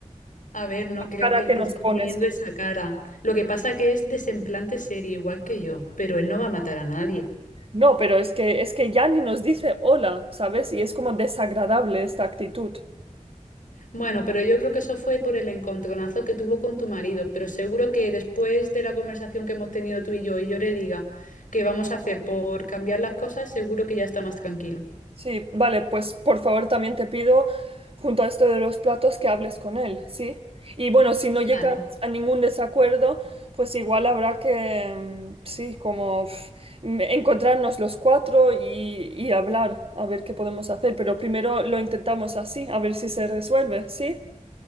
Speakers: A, on the left (about 85°); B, on the right (about 45°).
A: A ver, no
B: La
A: creo
B: Cara
A: que él
B: que
A: te
B: nos
A: esté
B: pones.
A: poniendo esa cara. Lo que pasa que es desemplante serio, igual que yo, pero él no va a matar a nadie.
B: No, pero es que, es que ya ni nos dice hola, ¿sabes? Y es como desagradable esta actitud.
A: Bueno, pero yo creo que eso fue por el encontronazo que tuvo con tu marido, pero seguro que después de la conversación que hemos tenido tú y yo y yo le diga que vamos a hacer por cambiar las cosas, seguro que ya está más tranquilo.
B: Sí, vale, pues por favor también te pido, junto a esto de los platos, que hables con él, ¿sí? Y bueno, si no llegan
A: Vale.
B: a ningún desacuerdo, pues igual habrá que, mm, sí, como pf, mm, encontrarnos los cuatro y, y hablar, a ver qué podemos hacer, pero primero lo intentamos así, a ver si se resuelve, ¿sí?